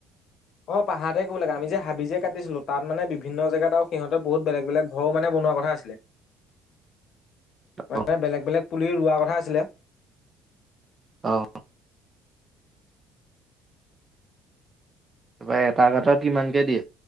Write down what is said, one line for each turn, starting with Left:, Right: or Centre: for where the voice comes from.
Left: অ, পাহাৰে ক'ব লাগে আমি যে হাবি যে কাটিছিলো তাতা মানে ভিন্ন জেগাত আৰু সিহঁতে বহুত বেলেগ বেলেগ ঘৰ মানে শুনা কথা আছিলে।
Right: <inaudible>
Left: মানে
Right: অ',
Left: বেলেগ বেলেগ পুলি ৰোৱা কথা আছিলে।
Right: অ'। তাৰপৰা এটা ঘাটত কিমানকে দিয়ে।